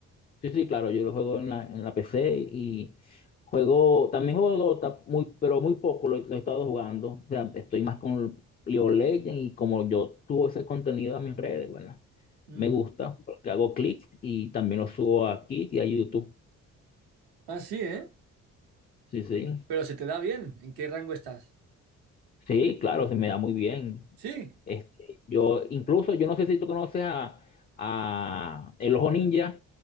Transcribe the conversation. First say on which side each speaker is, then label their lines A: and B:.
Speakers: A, on the left; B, on the right.
A: Sí, sí, claro, yo lo juego en la, en la PC y juego, también juego Dota, muy, pero muy poco lo, lo he estado jugando. O sea, estoy más con League of Legends y como yo subo ese contenido a mis redes, bueno,
B: Mm.
A: me gusta porque hago clics y también lo subo aquí y a YouTube.
B: Ah, sí, ¿eh?
A: Sí, sí.
B: Pero se te da bien. ¿En qué rango estás?
A: Sí, claro, se me da muy bien.
B: Sí.
A: Este, yo, incluso, yo no sé si tú conoces a, a el Ojo Ninja